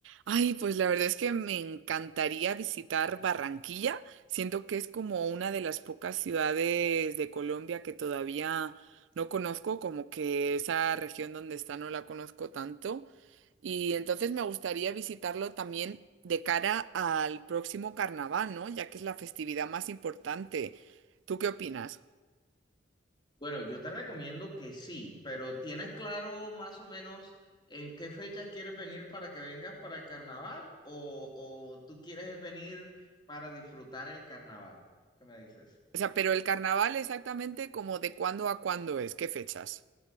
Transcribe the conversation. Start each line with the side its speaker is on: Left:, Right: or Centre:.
Right: Ay, pues la verdad es que me encantaría visitar Barranquilla, siento que es como una de las pocas ciudades de Colombia que todavía no conozco, como que esa región donde está no la conozco tanto, y entonces me gustaría visitarlo también de cara al próximo carnaval, ¿no? Ya que es la festividad más importante. ¿Tú qué opinas?
Left: Bueno, yo te recomiendo que sí, pero ¿tienes claro más o menos en qué fechas quieres venir para que vengas para el carnaval o, o tú quieres venir para disfrutar el carnaval? ¿Qué me dices?
Right: O sea, pero el carnaval exactamente como de cuándo a cuándo es, ¿qué fechas?